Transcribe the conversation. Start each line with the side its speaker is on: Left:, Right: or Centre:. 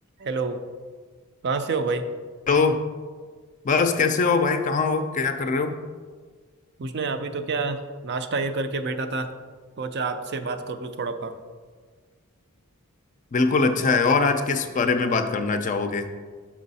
Right: Hello कहाँ से हो भाई
Left: Hello बस कैसे हो भाई कहाँ हो क्या कर रहे हो
Right: कुछ नहीं अभी तो क्या नाश्ता ये करके बैठा था सोचा आपसे बात कर लूँ थोड़ा बहुत
Left: बिल्कुल अच्छा है और आज किस बारे में बात करना चाहोगे